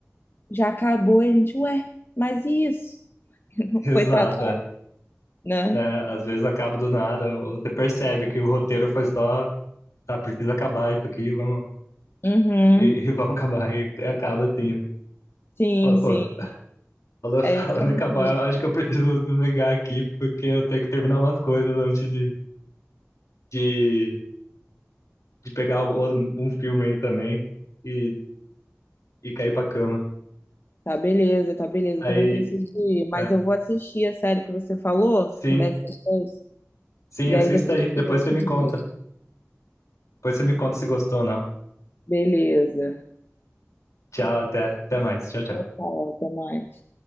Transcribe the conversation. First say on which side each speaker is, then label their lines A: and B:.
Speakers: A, on the left (about 45°); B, on the left (about 85°).
A: já acabou, e a gente, ué, mas e isso? <laughs>
B: <laughs> exato,
A: Foi tratado,
B: é.
A: né?
B: né? Às vezes acaba do nada, ou você percebe que o roteiro foi só, tá, precisa acabar isso aqui, vamos,
A: Uhum.
B: e, e vamos acabar, e acaba assim.
A: Sim,
B: Pô,
A: sim,
B: pô, Falando, falando
A: é exatamente
B: em acabar, eu <laughs> acho que eu preciso desligar aqui, porque eu tenho que terminar umas coisas antes de, de, de pegar o- um filme aí também e, e cair pra cama.
A: Tá beleza, tá beleza.
B: Aí,
A: Eu também preciso ir, mas
B: é,
A: eu vou assistir a série que você falou,
B: sim,
A: The Last of Us,
B: sim,
A: e
B: assista
A: aí depois
B: aí.
A: eu te
B: Depois
A: dou o
B: você
A: feedback.
B: me conta. Depois você me conta se gostou ou não.
A: Beleza.
B: Tchau, até, até mais. Tchau, tchau.
A: Tchau, até mais.